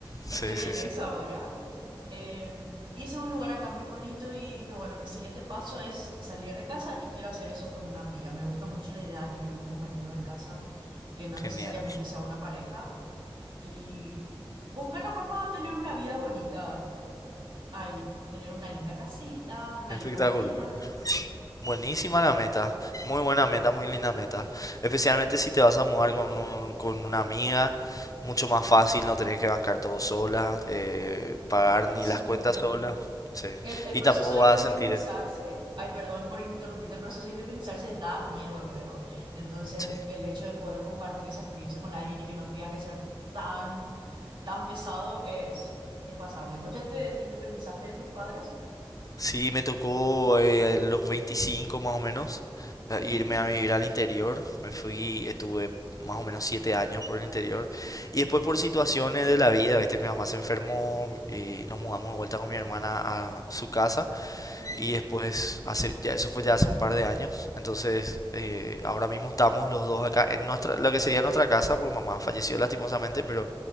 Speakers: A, on the left (about 40°); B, on the right (about 65°).
A: Sí,
B: Estoy
A: sí,
B: en
A: sí.
B: esa ahora. Eh, hice un lugar acá muy bonito y dije, bueno, mi siguiente paso es salir de casa y quiero hacer eso con una amiga. Me gusta mucho la idea de tener un compañero de casa que no
A: Genial.
B: necesariamente sea una pareja y buscar la forma de tener una vida bonita ahí, tipo tener una linda casita, una
A: Espectacular.
B: linda rutina,
A: Buenísima la meta. Muy buena meta, muy linda meta. Especialmente si te vas a mudar con un- con una amiga. Mucho más fácil, no tenés que bancar todo sola, eh, pagar
B: eso
A: ni las
B: mismo.
A: cuentas sola. Sí.
B: El, el
A: Y
B: proceso
A: tampoco
B: de
A: vas
B: independizarse,
A: a sentir... es-
B: ay, perdón por interrumpirte, el proceso de independizarse da miedo luego. Entonces,
A: Sí.
B: el hecho de poder compartir esa experiencia con alguien y que no tenga que ser tan, tan pesado es, es pasable. ¿Vos ya te, te independizaste de tus padres?
A: Sí, me tocó eh, a los 25 más o menos a
B: Ujú.
A: irme a vivir al interior. Me fui, estuve más o menos 7 años por el interior. Y después por situaciones de la vida, ¿viste? Mi mamá se enfermó y nos mudamos de vuelta con mi hermana a su casa.
B: Mm,
A: Y después, hace, ya, eso fue ya hace un par de años. Entonces, eh, ahora mismo estamos los dos acá en nuestra, lo que sería nuestra casa, porque mamá falleció lastimosamente, pero